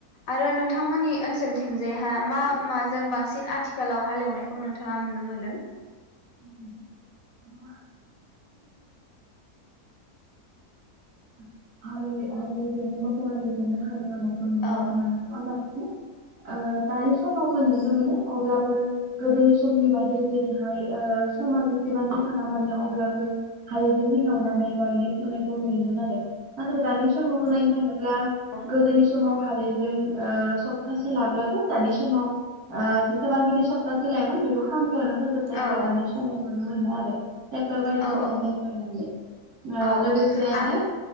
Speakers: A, on the left; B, on the right.
A: आरो नोंथांमोननि ओनसोलथिंजायहा मा माजों बांसिन आथिखालाव हालेवनायखौ खौ नोंथाङा नुनो मोन्दों?
B: उम <inaudible> <inaudible> हालि-हालि जोनो मोखौआलि जोंनो हालेवनायखौ नुनो
A: औ
B: मोनोमोन नङा होमबा <unintelligible> ओ दानि समावबो नुनो मोनो अब्लाबो गोदोनि समनि बायदि जेरैहाय ओ समा जेसेबांबो थाङा मानो अब्लाबो हालजोंनो हेवनानै गायनाय फुनायखौ नुयोमोन आरो नाथाय दानि समाव नाय थाङोब्ला
A: औ
B: गोदोनि समाव हालिजों ओ सप्तासे लाब्लाबो दानि समाव जेसेबांखिनि सप्ताहसे लायोमोन बेखौ खानसेयावनो फोजोब जायाव
A: औ
B: दानि समाव नुनो मोनो आरो। टेक्टर बायदिसि
A: औ
B: <inaudible>
A: औ
B: लोगोसेनो
A: आरो